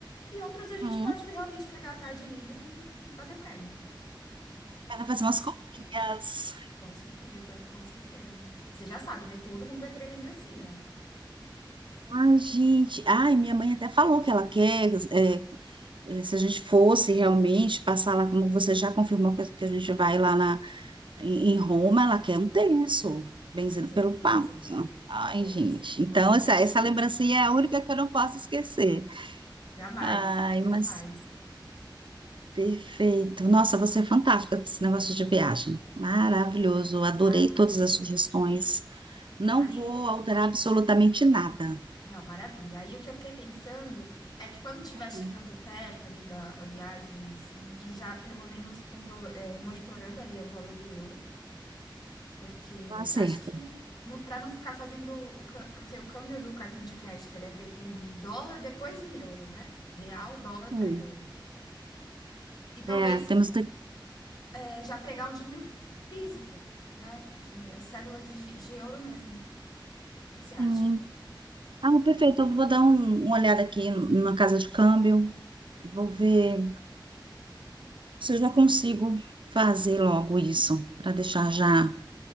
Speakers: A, on the left; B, on the right.
A: e outros a gente
B: Hum,
A: pode realmente pegar a tarde livre e, e bater perna.
B: ela fazer umas comprinhas.
A: Com certeza, com certeza. E Você já sabe, né? Todo mundo vai querer lembrancinha.
B: Ai, gente. Ai, minha mãe até falou que ela quer. é, é, se a gente fosse realmente passar lá, como você já confirmou que que a gente vai lá na, em em Roma, ela quer um terço, benzido
A: Com certeza,
B: pelo Papa. Ai,
A: com
B: gente.
A: certeza.
B: Então, essa,
A: Bem
B: essa
A: chique.
B: lembrancinha é a única que eu não posso esquecer.
A: Jamais,
B: Ai,
A: jamais.
B: mas Perfeito. Nossa, você é fantástica com esse negócio de viagem. Maravilhoso. Adorei
A: Ah, imagina.
B: todas as sugestões. Não
A: Aí.
B: vou alterar absolutamente nada.
A: Não, maravilha. Aí o que eu fiquei pensando é que quando estiver
B: Hum,
A: chegando perto ali da, da viagem, assim, e já pelo menos controla, é, monitorando ali o valor do euro, porque
B: tá certo.
A: acho que no, para não ficar fazendo o, cã- porque o câmbio do cartão de crédito ele é feito em dólar, depois em euro, né? Real, dólar
B: Hum.
A: para euro. E talvez
B: É, temos daqui.
A: é, já pegar um dinheiro físico, né? Dinhe- é cédula de, de euro mesmo. O que que
B: Sim.
A: você acha?
B: Ah, perfeito. Eu vou dar um, uma olhada aqui numa casa de câmbio. Vou ver se eu já consigo fazer logo isso, para deixar já.